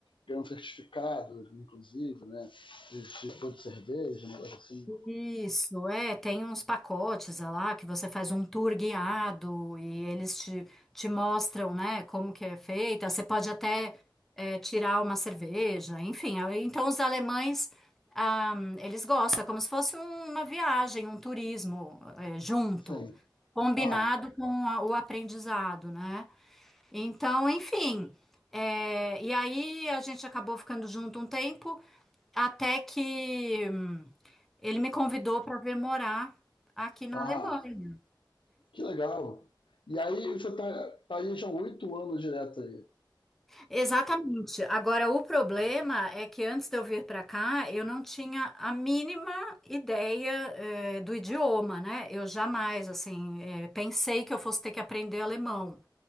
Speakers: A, on the left (about 85°); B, in the centre.
A: ganha um certificado, inclusive, né? De, de produto de cerveja, um negócio assim.
B: Isso, é, tem uns pacotes é lá que você faz um tour guiado e eles te, te mostram, né, como que é feita. Você pode até é, tirar uma cerveja, enfim. Aí, Então, os alemães, ah, eles gostam, é como se fosse um- uma viagem, um turismo é, junto,
A: Sim.
B: combinado
A: Aham.
B: com a- o aprendizado, né? Então, enfim. é, e aí a gente acabou ficando junto um tempo, até que hum, ele me convidou para vir morar aqui na
A: Aham.
B: Alemanha.
A: Que legal. E aí você tá, tá aí já oito anos direto aí.
B: Exatamente. Agora, o problema é que antes de eu vir para cá, eu não tinha a mínima ideia, eh, do idioma, né? Eu jamais, assim, eh, pensei que eu fosse ter que aprender alemão.